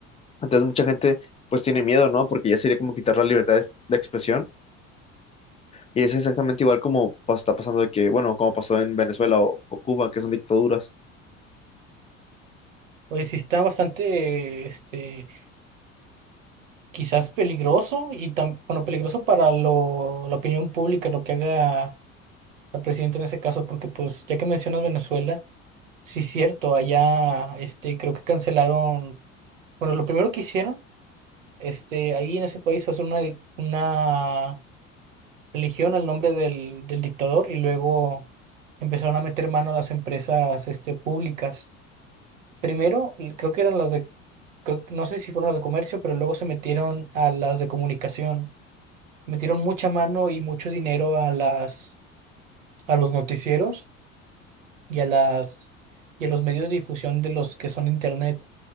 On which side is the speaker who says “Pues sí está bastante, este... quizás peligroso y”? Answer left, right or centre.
Right